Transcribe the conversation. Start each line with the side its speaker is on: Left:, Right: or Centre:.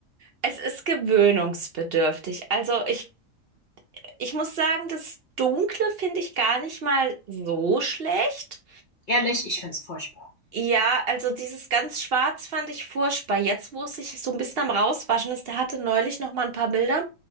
Right: es ist gewöhnungsbedürftig. Also ich, ich muss sagen, das Dunkle finde ich gar nicht mal so schlecht.
Left: Ehrlich, ich find's furchtbar.
Right: Ja, also dieses ganz Schwarz fand ich furchtbar. Jetzt, wo es sich so ein bisschen am Rauswaschen ist, der hatte neulich noch mal ein paar Bilder.